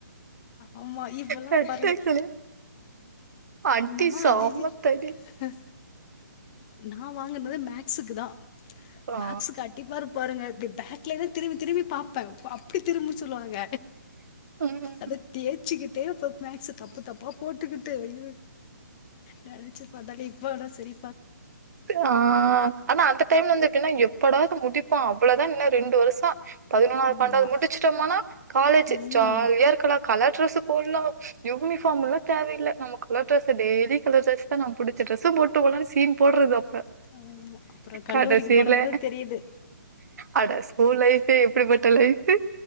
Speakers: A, on the left; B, on the right.
A: ஆமா இப்பல்லா
B: பெட்டக்சிலே
A: பரவா
B: அடி
A: நா
B: சாமத்தடி
A: அதிக நா வாங்குனது மேக்ஸ்க்கு தா
B: ஆ
A: மேக்ஸ்க்கு அடிப்பாரு பாருங்க <unintelligible> பேக்லே திரும்பி பாப்பே அப்டி திரும்ப சொல்லுவாங்க
B: ம்
A: அத தேச்சிக்கிட்டே மேக்ஸ் தப்பு தப்பா போட்டுக்கிட்டு அய்யோ நெனச்சு பாத்தாலே இப்ப சரி
B: ஆ ஆனா அந்த டைம்ல வந்து <unintelligible> எப்படா இது முடிப்போ அவ்ளதா இன்னு ரெண்டு வருஷோ பதினொன்னாவது
A: ஆமா
B: பண்ணடாவது முடிச்சட்டோம்னா காலேஜூ
A: ம்
B: ஜாலியா இருக்கலா கலர் ட்ரெஸு போட்லா யூனிபார்ம் எல்லா தேவயில்ல நம்ம கலர்ரெஸ் டெய்லி கலர் ட்ரெஸ் தா நம் புடிச்ச டிரெஸ் போட்டு போலானு சி போட்றது அப் ப
A: ஆமா அப்றோ கல்லூரிக்கு
B: கடைசில
A: போன பிறகு தெரியுது
B: அட ஸ்கூல் லைஃப் ஏ எப்டிப்பட்ட லைஃபு